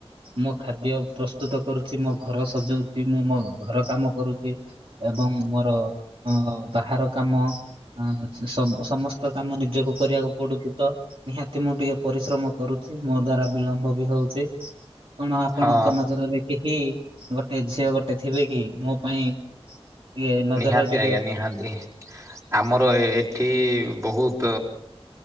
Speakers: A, on the right; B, on the right.
A: ମୋ ଖାଦ୍ୟ ପ୍ରସ୍ତୁତ କରୁଛି ମୋ ଘର ସଜଉଛି ମୁଁ ମୋ ଘ ଘର କାମ କରୁଛି। ଏବଂ ମୋର ଅ ବାହାର କାମ ଆଁ ସମ ସମସ୍ତ କାମ ନିଜକୁ କରିବାକୁ ପଡୁଛି ତ ନିହାତି ମୁଁ ଟିକେ ପରିଶ୍ରମ କରୁଛି ମୋ ଦ୍ଵାରା ବିଳମ୍ବ ବି ହଉଛି। କଣ ଆପଣଙ୍କ
B: ହଁ
A: ନଜରରେ କେହି ଗୋଟେ ଝିଅ ଗୋଟେ ଥିବେ କି ମୋ ପାଇଁ ଟିକେ ନଜର
B: ନିହାତି
A: ଟିକେ
B: ଆଜ୍ଞା ନିହାତି ଆମର ଏଠି ବହୁତ